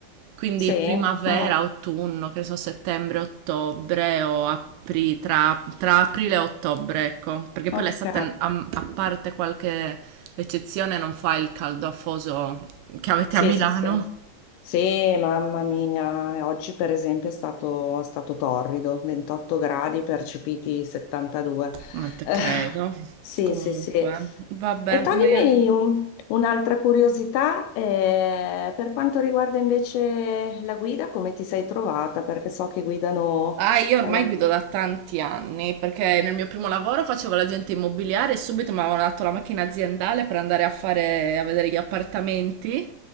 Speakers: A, on the right (about 80°); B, on the left (about 80°).
A: Quindi
B: Sì,
A: primavera,
B: Mm.
A: autunno, che ne so, settembre, ottobre o apri- tra, tra aprile e ottobre, ecco. Perché
B: Ok.
A: poi l'estate, a, a parte qualche eccezione, non fa il caldo afoso che avete
B: Sì,
A: a Milano.
B: sì, sì. Sì, mamma mia, oggi per esempio è stato, è stato torrido, 28 gradi percepiti 72.
A: Non te
B: Eh,
A: credo.
B: <laughs> sì,
A: Comunque,
B: sì, sì.
A: vabbè,
B: E toglimi
A: Maria.
B: un- un'altra curiosità, eh, per quanto riguarda invece la guida, come ti sei trovata? Perché so che guidano
A: Ah, io
B: dalla...
A: ormai guido da tanti anni perché nel mio primo lavoro facevo l'agente immobiliare e subito mi avevano dato la macchina aziendale per andare a fare, a vedere gli appartamenti.